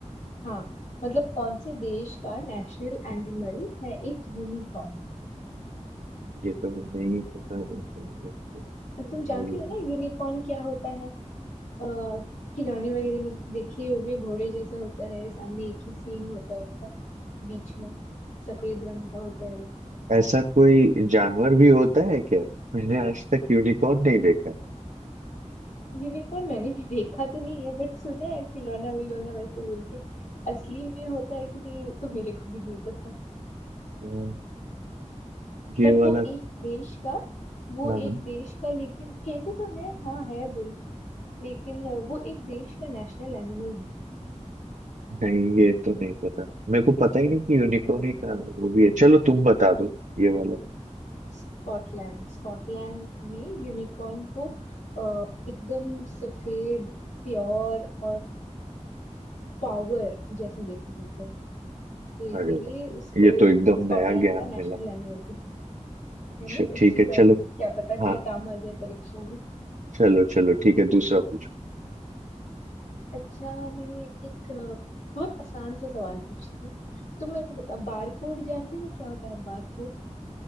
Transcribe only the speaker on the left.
हाँ मतलब कौन से देश का नेशनल एनिमल है एक यूनिकॉर्न
तुम जानते हो ना यूनिकॉर्न क्या होता है अ, खिलौने वगैरह में देखे ही होगे घोड़े जैसा होता है सामने एक ही सींग होता है उसका बीच में सफेद रंग का होता है वो
यूनिकॉर्न मैंने भी देखा तो नहीं है बट सुना है खिलौना विलौना वैसे बोल के असली में होता है कि नहीं वो तो मेरे को भी नहीं पता
बट
वो एक देश का वो
एक देश का लेकिन कहते तो है हाँ है बोल के लेकिन वो एक देश का नेशनल एनिमल भी है
स्कॉटलैंड स्कॉटलैंड में यूनिकॉर्न को अ, एकदम सफेद प्योर और पावर जैसे देखा जाता है तो इसीलिए
उसको
स्कॉटलैंड
का नेशनल
एनिमल भी
है ना अच्छी
बात
है क्या पता
कल काम आ जाए परीक्षा में
अच्छा मैं एक अ, बहुत आसान सा सवाल पूछती हूँ तुम मेरे को बताओ बारकोड जानते हो क्या होता है बारकोड